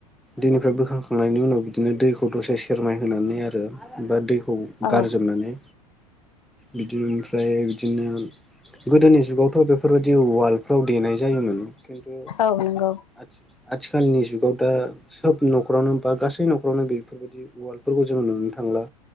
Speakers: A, in the centre; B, on the left (about 70°).
A: दैनिफ्राय बोखांखांनायनि उनाव बिदिनो दैखौ दसे सेरमाइ होनानै आरो बा दै खौ
B: औ
A: गारजोबनानै बिदिनो ओमफ्राय बिदिनो गोदोनि जुगावथ' बेफोरबायदि उवा वालफ्राव देनाय जायोमोन खिन्थु
B: औ नंगौ
A: आदि आथिखालनि जुगाव दा सोब न'खरावनो बा गासै न'खरावनो बेफोरबायदि उवालफोरखौ जोंङो नुनो थांला।